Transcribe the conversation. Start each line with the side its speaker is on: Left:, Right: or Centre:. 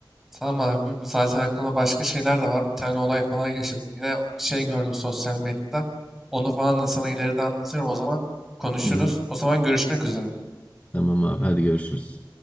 Centre: Tamam abi. Zaten aklımda başka şeyler de var. Bir tane olay falan yaşadım. Yine bir şey gördüm sosyal medyada. Onu falan da sana ileride anlatırım o zaman. Konuşuruz.
Left: Hı hı.
Centre: O zaman görüşmek üzere.
Left: Tamam abi hadi görüşürüz.